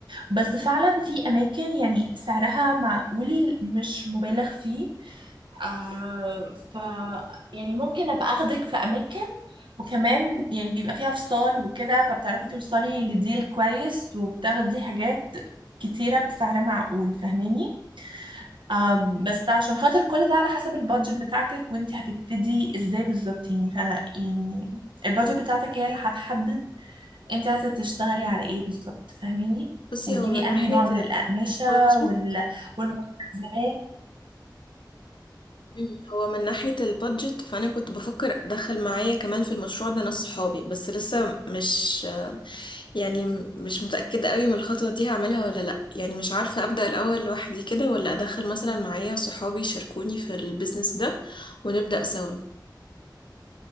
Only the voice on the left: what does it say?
بصي
هو من ناحية
البادجت
مم. هو من ناحية البادجت فأنا كنت بفكر أدخل معايا كمان في المشروع ده ناس صحابي بس لسه مش يعني مش متأكدة قوي من الخطوة دي هعملها ولا لأ يعني مش عارفة أبدأ الأول لوحدي كده ولا أدخل مثلا معايا صحابي يشاركوني في البيزنس ده ونبدأ سوا